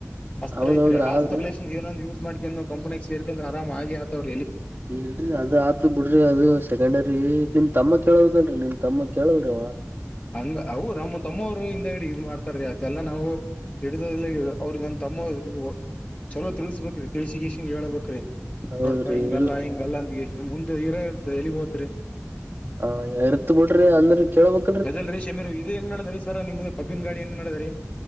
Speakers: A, on the left; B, on the right.
A: ಅಸ್ತ್ರ
B: ಹೌದೌದ್ರಿ
A: ಐತ್ರಿ ಆಸ್ತ್ರನ್
B: ಆದ್ರಿ
A: ಏನೋ ಒಂದು ಯೂಸ್ ಮಾಡ್ೀ ಕಂನಿ ಸೇಕೇಂದ್ರ ಆರಾಮ ಆಗೇ ಅಥವ್ರಿ
B: <inaudible> ಇಲ್ರರಿ ಅದ ಆತ ಬಿಡ್ರಿ ಅದು ಸೆಕೆಂಡರಿ ನಿಮ್ ತಮ್ಮ <inaudible> ಕ್ಕ ಕೇಳಬೇಕಲ್ಲ ನಿಮ್ ತಮ್ಮ ಕೆಳಾಲ್ರಿ ಅವ
A: ಹಂಗ ಅವು <unintelligible> ನಮ್ಮ ತಮ್ಮವರು ಇಂದ ಇ ಮಾಡ್ತಾರ್ರೀ ಅದೆಲ್ಲಾ ನಾವು <unintelligible> ಹಿಡಿದದ ಅವ್ರರು ನಮ್ಮ ತಮ್ಮ ಚಲೋ ತಿಳ್ಸಸ್ಬೇಕ್ರೀ ತಿಳ್ಸಿ ಗೆಲ್ಸಿ ಹೇಳಳ್ಬೇಕಕ್ರಿ
B: ಹೌದ್ರಿ
A: ನೋಡ್ಪಾ ಹಿಂಗಲ್ಲ
B: ಇಲ್ರಿ
A: ಹಿಂಗಲ್ಲ ಅಂತ ಎಷ್ಟ ಮುಂದೆ ಇರಾ <inaudible> ಇ್ದ ಎಲ್ಲಿಗ್ ಹೋದ್ರಿ
B: ಹ ಇರತ್ ಬಿಡ್ರಿ ಅಂದ್ರೆ ಕೇಳ್ಬಕ್
A: ಅದಲ್ ರೀ ಶಮೀರು ಇದು ಹೆಂಗ ನಡದ್ರೀ ಸರ ನಿಮ್ದು ಕಬ್ಬೀನ್ ಗಾಡಿ ಹೆಂಗ ನಡದ್ರೀ